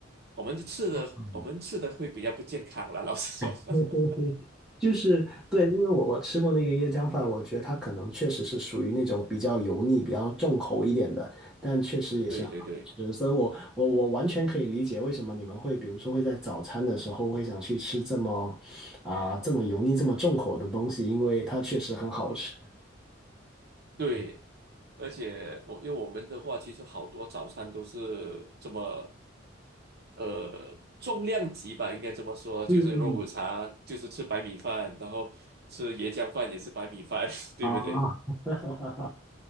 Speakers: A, on the right; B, in the centre.
A: 我们吃的我们吃的会比较不健康啦，
B: 嗯，
A: 老实说，
B: <laughs>
A: <laughs>
B: 嘿嘿嘿，就是对，因为我我吃过那个椰浆饭，我觉得它可能确实是属于那种比较油腻、比较重口一点的，但确实也是很好吃，
A: 对对对，
B: 所以我我我完全可以理解为什么你们会，比如说会在早餐的时候会想去吃这么啊、这么油腻、这么重口的东西，因为它确实很好吃。
A: 嗯，对。而且我因为我们的话，其实好多早餐都是这么，呃，重量级吧，应该这么说，就是肉骨茶，
B: 嗯
A: 就是吃白米饭，然后吃椰浆饭也是白米饭，<laughs> 对不对？
B: 啊，<laughs>